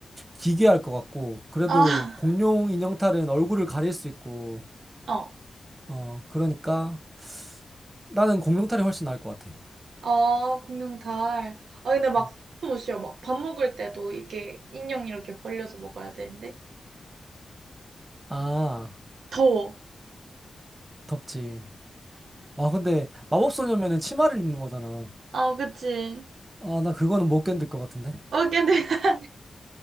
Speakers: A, on the right; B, on the right.
A: 기괴할 것 같고 그래도
B: 아,
A: 공룡
B: <laughs>
A: 인형탈은 얼굴을 가릴 수 있고
B: 어.
A: 어, 그러니까 나는 공룡탈이 훨씬 나을 것 같아.
B: 아, 공룡 달. 아, 근데 막,
A: 음.
B: 못 쉬어. 막, 밥 먹을 때도 이렇게 인형 이렇게 벌려서 먹어야 되는데.
A: 아,
B: 더워.
A: 덥지. 아, 근데 마법소녀면은 치마를 입는 거잖아.
B: 아, 그치.
A: 아, 나 그거는 못 견딜 것 같은데.
B: 어, 근데 <laughs>